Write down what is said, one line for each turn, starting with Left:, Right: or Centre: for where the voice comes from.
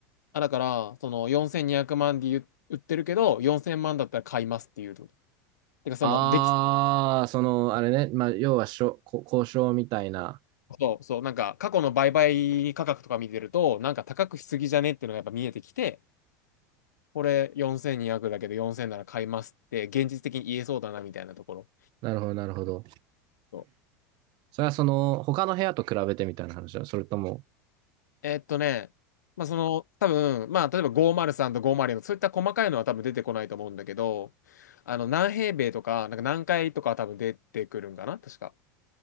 Left: あ、だから、その4200万で言う売ってるけど、4000万だったら買いますっていうと。てか、その、
Right: ああー、
Left: でき、
Right: その、あれね。まあ、要はしょ、こ交渉みたいな。
Left: そうそう、なんか過去の売買価格とか見てると、なんか高くしすぎじゃねっていうのがやっぱ見えてきて、これ4200だけど4000なら買いますって現実的に言えそうだなみたいなところ。
Right: なるほど、なるほど。
Left: そう
Right: それはその、他の部屋と比べてみたいな話だ。それとも、
Left: えーっとね、まあその多分、まあ例えば503と504とごまるよんそういった細かいのは多分出てこないと思うんだけど、あの何平米とか、なんか何回とかは多分出てくるんかな、確か。